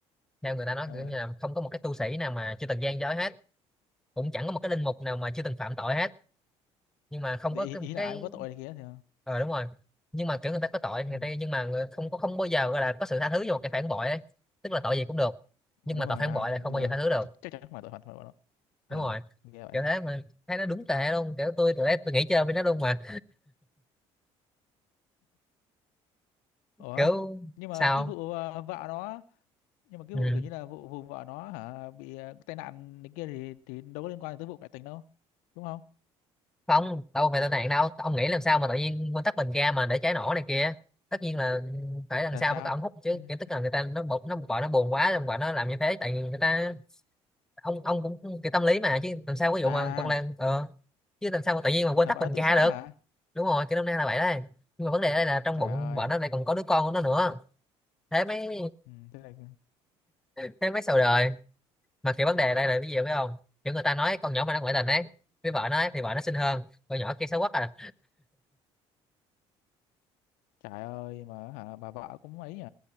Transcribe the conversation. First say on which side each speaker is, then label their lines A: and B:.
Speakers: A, in the centre; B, on the left.
A: theo người ta nói
B: ờ
A: kiểu như là không có một cái tu sĩ nào mà chưa từng gian dối hết cũng chẳng có một cái linh mục nào mà chưa từng phạm tội hết nhưng mà không
B: để
A: có
B: ý,
A: cái,
B: ý là
A: cái...
B: ai cũng có tội này kia thì
A: ờ đúng rồi nhưng mà kiểu người ta có tội người
B: ừ.
A: ta nhưng mà người- không có không bao giờ gọi là có sự tha thứ cho một cái phản bội ấy tức là tội gì cũng được nhưng
B: đúng
A: mà tội
B: rồi
A: phản
B: à
A: bội là
B: nhưng
A: không bao
B: mà
A: giờ tha thứ được
B: ch- chắc chắn không phải tội phạm phải bọn nó ờ
A: đúng rồi
B: nghe vậy
A: kiểu thế mà thấy nó đúng tệ luôn kiểu tôi tụi đấy tôi nghĩ chơi với nó luôn mà <laughs>
B: ủa
A: kiểu
B: nhưng mà
A: sao
B: cái vụ ờ, vợ nó nhưng mà cái
A: ừ.
B: vụ kiểu như là vụ vụ vợ nó hả bị ờ, tai nạn này kia thì thì đâu có liên quan tới vụ ngoại tình đâu đúng không
A: không đâu phải tai nạn đâu ông nghĩ làm sao mà tự nhiên nguyên tắc bình ga mà để cháy nổ này kia tất nhiên là phải làm
B: là
A: sao
B: sao
A: phải ông hút chứ
B: Thế-
A: kiểu tức là người ta nó bực nó vợ nó buồn quá rồi vợ nó làm như thế tại vì người ta ông ông cũng cái tâm lý mà chứ làm sao ví dụ
B: à
A: mà con Lan ờ chứ làm sao mà tự nhiên mà quên
B: là
A: tắt
B: bạn
A: bình
B: nó tự
A: ga
B: sát
A: được
B: hả
A: đúng rồi cái năm nay là vậy đấy nhưng mà vấn đề đây là trong
B: trời
A: bụng
B: ơi
A: vợ nó lại còn có đứa con của nó nữa thế mới
B: ừ, thế này
A: thế mới sầu đời mà kiểu vấn đề đây là cái gì biết không kiểu người ta nói con nhỏ mà nó ngoại tình ấy với vợ nó ấy, thì vợ nó xinh hơn con nhỏ kia xấu quá à
B: trời ơi mà hả bà vợ cũng ấy nhỉ